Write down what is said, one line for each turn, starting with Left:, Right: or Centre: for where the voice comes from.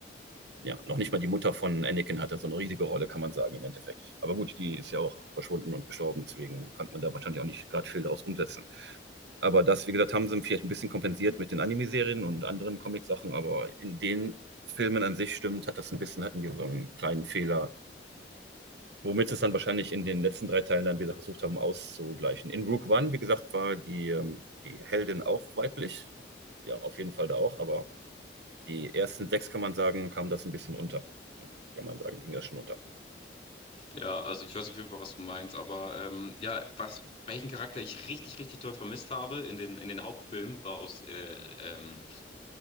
Right: ja, noch nicht mal die Mutter von Anakin hatte so eine riesige Rolle, kann man sagen, im Endeffekt. Aber gut, die ist ja auch verschwunden und gestorben, deswegen konnte man da wahrscheinlich auch nicht gerade viel daraus umsetzen. Aber das, wie gesagt, haben sie vielleicht ein bisschen kompensiert mit den Anime-Serien und anderen Comic-Sachen, aber in den Filmen an sich stimmt, hat das ein bisschen, hatten die so einen kleinen Fehler, womit sie es dann wahrscheinlich in den letzten drei Teilen dann wieder versucht haben auszugleichen. In Rogue One, wie gesagt, war die, ähm, die Heldin auch weiblich. Ja, auf jeden Fall da auch, aber die ersten sechs, kann man sagen, kam das ein bisschen unter. Ja, kann man sagen, ging das schon unter.
Left: Ja, also ich weiß auf jeden Fall, was du meinst, aber ähm, ja, was, welchen Charakter ich richtig, richtig toll vermisst habe in den, in den Hauptfilmen, war aus, äh, ähm,